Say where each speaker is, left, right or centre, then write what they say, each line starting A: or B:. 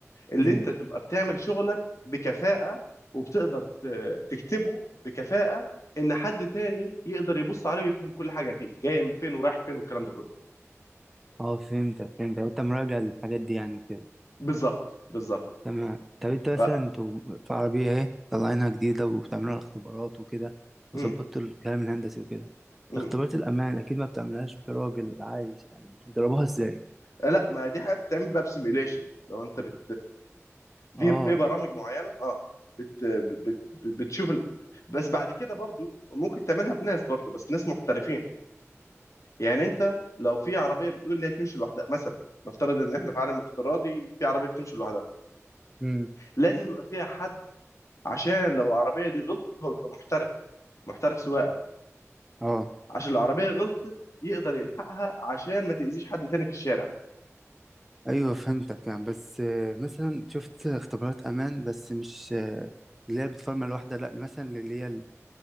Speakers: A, on the left; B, in the centre.
A: اللي
B: مم.
A: انت تبقى بتعمل شغلك بكفاءة وبتقدر ت- تكتبه بكفاءة ان حد تاني يقدر يبص عليه ويفهم كل حاجة فيه جاي من فين ورايح فين والكلام ده كله
B: اه فهمتك فهمتك انت مراجع للحاجات دي يعني وكده
A: بالظبط بالظبط
B: تمام طب انت مثلا
A: ف...
B: انتوا في عربية اهي طالعينها جديدة وبتعملوا الاختبارات وكده
A: مم.
B: وظبطتوا الكلام الهندسي وكده
A: مم.
B: اختبارات الأمان أكيد ما بتعملهاش براجل عايش يعني بتضربوها ازاي؟
A: آه، لا ما دي حاجة بتعمل بقى بسيميليشن لو انت بت في
B: اه
A: في برامج معينة اه بت... بت... بت... بتشوف ال... بس بعد كده برضو ممكن تعملها بناس برضو بس ناس محترفين يعني انت لو في عربية بتقول لي هتمشي لوحدها مثلا نفترض ان احنا في عالم افتراضي في عربية بتمشي لوحدها
B: امم
A: لازم يبقى فيها حد عشان لو العربية دي غلطت هو بيبقى محترف محترف سواقة
B: اه
A: عشان العربية غلطت يقدر يلحقها عشان ما تأذيش حد تاني في الشارع
B: ايوه فهمتك يعني بس آه، مثلا شفت اختبارات امان بس مش آه، اللي هي بتفرمل الواحده لا مثلا اللي هي ال-